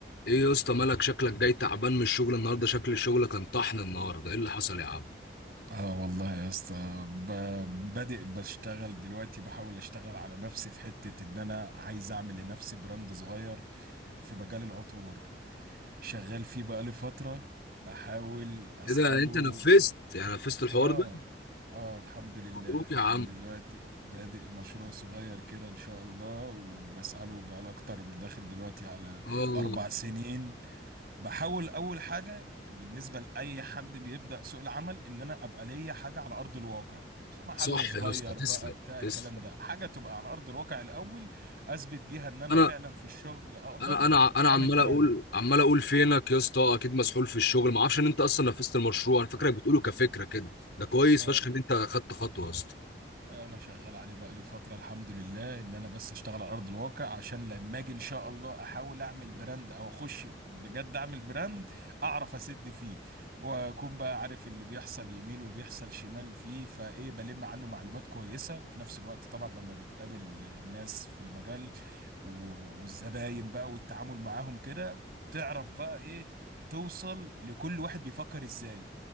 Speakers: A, on the left; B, on the right.
A: ايه يا اسطى مالك شكلك جاي تعبان من الشغل النهارده شكل الشغل كان طحن النهارده ايه اللي حصل يا عم
B: اه والله يا اسطى ب- بادئ بشتغل دلوقتي بحاول اشتغل على نفسي في حتة ان انا عايز اعمل لنفسي براند صغير في مجال العطور شغال فيه بقالي فترة بحاول اسعى
A: ايه ده يعني
B: له
A: انت نفذت يعني نفذت الحوار
B: اه
A: ده
B: اه الحمد لله
A: مبروك يا
B: عندي
A: عم
B: دلوقتي بادئ مشروع صغير كده ان شاء الله وبسعى له بقالي اكتر داخل دلوقتي على
A: اه
B: اربع سنين بحاول اول حاجه بالنسبه لاي حد بيبدا سوق العمل ان انا ابقى ليا حاجه على ارض الواقع مش محل
A: صح
B: صغير
A: يا اسطى تسلم
B: بقى بتاع
A: تسلم
B: الكلام ده حاجه تبقى على ارض الواقع الاول اثبت بيها ان انا
A: انا
B: فعلا في الشغل اقدر
A: انا انا انا
B: اعمل
A: عمال
B: براند
A: اقول عمال اقول فينك يا اسطى اكيد مسحول في الشغل ما اعرفش ان انت اصلا نفذت المشروع انا فاكرك بتقوله كفكره كده ده كويس
B: آه،
A: فشخ ان انت خدت خطوه يا اسطى
B: لا انا شغال عليه بقى لي فتره الحمد لله ان انا بس اشتغل على ارض الواقع عشان لما اجي ان شاء الله احاول اعمل براند او اخش بجد اعمل براند اعرف اسد فيه واكون بقى عارف اللي بيحصل يمين وبيحصل شمال فيه فايه بلم عنه معلومات كويسه وفي نفس الوقت طبعا لما بتقابل الناس في المجال و- والزباين بقى والتعامل معاهم كده تعرف بقى ايه توصل لكل واحد بيفكر ازاي